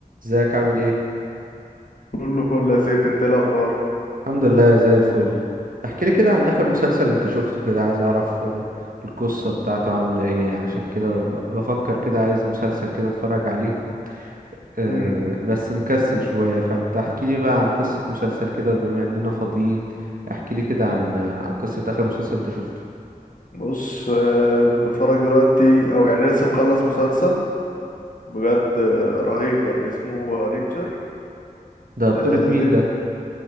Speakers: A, on the right; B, on the left.
A: ازيك عامل ايه
B: كله فل يا سيف انت ايه الاخبار
A: الحمد لله زي الفل احكي لي كده عن اخر مسلسل انت شفته كده عايز اعرف آه، القصة بتاعته عاملة ايه عشان كده ب- بفكر كده عايز مسلسل كده اتفرج عليه أه
B: امم
A: بس مكسل شوية فانت احكي لي بقى عن قصة مسلسل كده بما اننا فاضيين احكي لي كده عن آه، عن قصة اخر مسلسل انت شفته
B: بص آه، بتفرج دلوقتي او يعني لسه مخلص مسلسل بجد آه، رهيب يعني اسمه ريتشر
A: ده بطولة
B: آه،
A: مين
B: ريت
A: ده